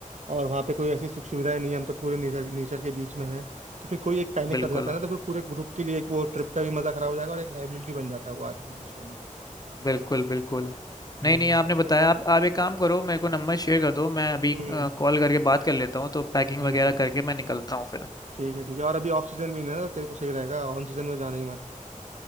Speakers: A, on the right; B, on the left.
A: और वहाँ पे कोई ऐसी सुख सुविधाएं नहीं है हम तो पूरे नेचर नेचर के बीच में हैं तो फिर कोई एक पैनिक
B: बिल्कुल
A: कर जाता है ना तो फिर पूरे ग्रुप के लिए एक वो ट्रिप का भी मजा खराब हो जाएगा और एक लाइबिलिटी बन जाता है वो आदमी उस टाइम पे
B: बिल्कुल बिल्कुल
A: हम्म
B: नहीं नहीं आपने बताया आप आप एक काम करो मेरे को नंबर शेयर कर दो मैं अभी
A: हम्म
B: कॉल करके बात कर लेता हूँ तो पैकिंग
A: हम्म
B: वगैरह करके मैं निकलता हूँ फिर
A: ठीक है ठीक है और अभी ऑफ सीजन भी नहीं है ना तो तेरे को सही रहेगा ऑन सीजन में जाना ही मत